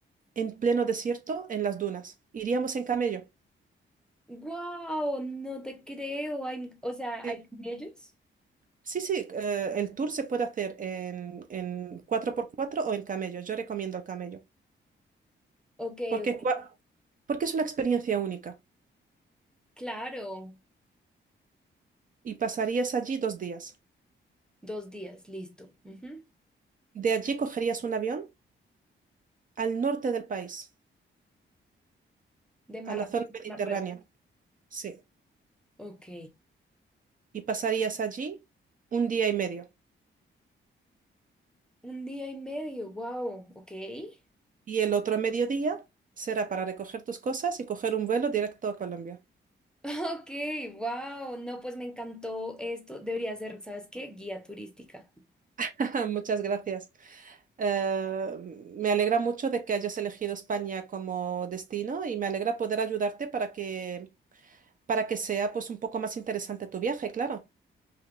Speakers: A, on the right (about 45°); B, in the centre.
A: en pleno desierto en las dunas. Iríamos en camello.
B: Wow, no te creo. ¿Hay, o sea,
A: Sí,
B: ¿hay camellos?
A: sí, sí, eh, el tour se puede hacer en, en 4x4 o en camello. Yo recomiendo el camello
B: Ok,
A: porque,
B: ok.
A: cua- porque es una experiencia única
B: Claro.
A: y pasarías allí dos días.
B: Dos días, listo. ujú.
A: De allí cogerías un avión al norte del país,
B: De Marra-
A: a la zona mediterránea.
B: Marruecos.
A: Sí.
B: Ok.
A: Y pasarías allí un día y medio.
B: Un día y medio, wow, ok. <laughs>
A: Y el otro mediodía será para recoger tus cosas y coger un vuelo directo a Colombia.
B: Ok, wow, no, pues me encantó esto. Debería ser, ¿sabes qué? Guía turística.
A: <laughs> Muchas gracias. Eh, me alegra mucho de que hayas elegido España como destino y me alegra poder ayudarte para que, para que sea pues un poco más interesante tu viaje, claro.